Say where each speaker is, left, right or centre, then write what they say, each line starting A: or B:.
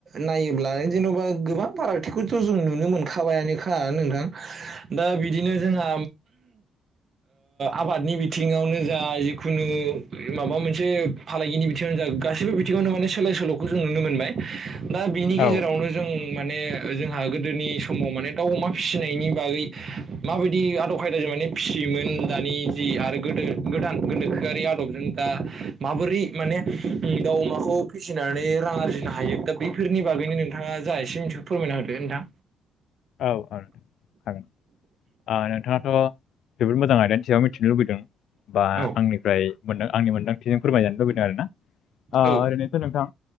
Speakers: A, on the right; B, on the left.
A: नायोब्ला जेन'बा गोबां फारागथिखौथ' जों नुनो मोनखाबायानोखा नोंथां दा बिदिनो जोंहा आबादनि बिथिङावनो जा जिखुनु माबा मोनसे फालांगिनि बिथिङावनो जा गासैबो बिथिङावनो माने सोलाय सोल'खौ जों नुनो मोनबाय। दा बिनि गेजेरावनो
B: औ
A: जों माने जोंहा गोदोनि समाव माने दाउ अमा फिसिनायनि बागै माबायदि आदब खायदाजों माने फिसियोमोन दानि जि आरो गोदो-गोदान गोनोखोआरि आदबजों दा माबोरै माने दाउ अमाखौ फिसिनानै रां आरजिनो हायो दा बेफोरनि बागै गैनो नोंथाङा जा एसे मिथिगौ फोरमायना होदो नोंथां।
B: औ औ हागोन ओ नोंथाङाथ' जोबोद मोजां आयदानि सायाव मिथिनो लुबैदों बा
A: औ
B: आंनिफ्राय मोनदा आंनि मोन्दांथिजों फोरमायजानो लुबैदों आरो ना ओ
A: औ
B: ओरैनोथ' नोंथां